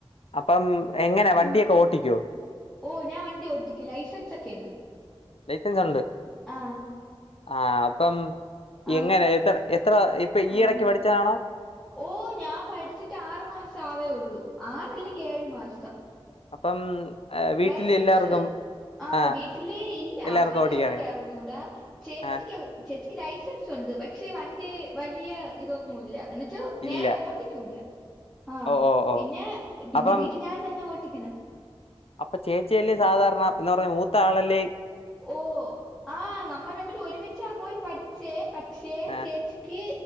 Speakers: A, on the left (about 75°); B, in the centre.
A: അപ്പം എങ്ങനെ വണ്ടിയൊക്കെ
B: ആ
A: ഓട്ടിക്കോ
B: ഓ ഞാൻ വണ്ടി ഓട്ടിക്ക ലൈസൻസ് ഒക്കെ ഉണ്ട്
A: ലൈസൻസ് ഉണ്ട്
B: ആഹ്
A: ആ അപ്പം
B: ആഹ്
A: എങ്ങനെ എത്ര എത്ര ഇപ്പൊ ഈ
B: ആഹ്
A: ഇടയ്ക്ക് പഠിച്ചതാണോ
B: ഓ ഞാൻ പഠിച്ചിട്ട് ആറു മാസം ആവേള്ളൂ ആറ അല്ലെങ്കിൽ ഏഴ് മാസം
A: അപ്പം വീട്ടില്
B: ലൈസൻസ്
A: എല്ലാവർക്കും.
B: ആ
A: ആഹ്
B: വീട്ടില് ഇല്ല
A: എല്ലാവർക്കും
B: അമ്മയ്ക്ക്
A: ഓട്ടിക്കറിയാം
B: ഓട്ടിക്ക അറഞ്ഞൂടാ ചേച്ചിക്ക്
A: ആഹ്
B: ചേച്ചി എനിക്ക് ലൈസൻസ് ഉണ്ട് പക്ഷെ വണ്ടി വലിയ ഇതൊന്നു ഇല്ല എന്ന് വച്ചാനേരെ
A: ഇല്ല
B: ഓട്ടിക്കൂല്ല ആഹ്
A: ഓഹ് ഓഹ്
B: പിന്നെ
A: ഓഹ്
B: പിന്നെ
A: അപ്പം
B: വീട്ടിൽ ഞാൻ തന്നെ ഓട്ടിക്കണ
A: അപ്പൊ ചേച്ചിയല്ലേ സാധാരണ എന്താ പറ മൂത്താളല്ലേ
B: ഓ ആ നമ്മൾ രണ്ടരു ഒരുമിച്ചാ പോയി പഠിച്ചേ പക്ഷേ
A: ആഹ്
B: ചേച്ചിക്ക്